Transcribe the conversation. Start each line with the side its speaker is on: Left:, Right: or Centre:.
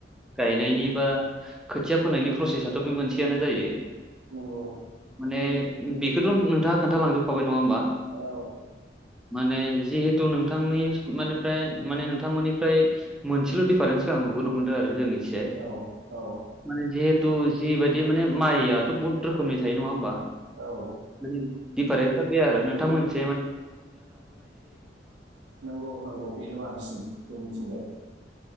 Centre: गायनायनि
Right: उम,
Centre: बा खोथिया फोनायनि प्रसेसाथ' बे मोनसेयानो जायो।
Right: नंगौ
Centre: माने बेखौथ' नोंथाङा खोन्थालांजोबखाबाय। नङाबा
Right: औ
Centre: माने जिहेथु नोंथांनि माने माने नोंथांमोननि मफ्राय मोनसेल' दिडफारेन्सखौ आं नुुबोनो मोनदों आरो जोंनि सियाय
Right: औ औ
Centre: माने जि द जिबादि माने माइआथ' बहुत रोखोमनि थायो नङा होमबा
Right: औ
Centre: माने दिफारेन्स गैया आरो नोंथां मोनसे
Right: नांगौ नांगौपिनो बानसि <unintelligible>